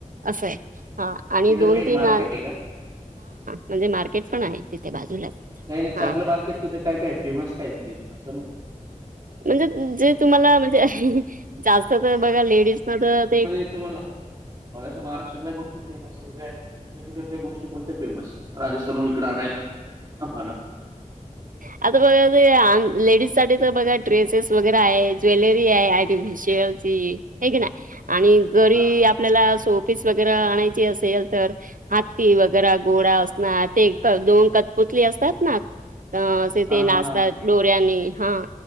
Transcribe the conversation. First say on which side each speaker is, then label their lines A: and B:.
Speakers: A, on the right; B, on the right.
A: असं आहे. हा, आणि
B: तिथं
A: दोन
B: मेन
A: तीन
B: मार्केट
A: हा,
B: आहे का?
A: म्हणजे मार्केट पण आहे तिथे बाजूलाच.
B: नाही नाही, चांगलं
A: हां,
B: मार्केट तिथं काय काय फेमस काय ते असं म्हणतोय मी.
A: म्हणजे जे तुम्हाला म्हणजे, जास्त तर बघा लेडीज ना तर ते
B: तुम्हाला मगाशी महाराष्ट्रा कोणत्या गोष्टी फेमस वगैर तुमच्या तिकडच्या गोष्टी कोणत्या फेमस, राजस्थानहुन इकडं आणायला. आम्हाला.
A: आता बघा ते लेडीजसाठी तर बघा ड्रेसेस वगैरे आहे, ज्वेलरी आहे, आणि शेअर चि आहेकी नाय, आणि घरी
B: हा
A: आपल्याला सो शोपीस वगैरे आणायची असेल तर, हाती वगैरा घोडा असणार, ते दोन कतपुतली असतात ना, त असे
B: हा
A: ते नाचतात
B: हा
A: दोऱ्यांने हां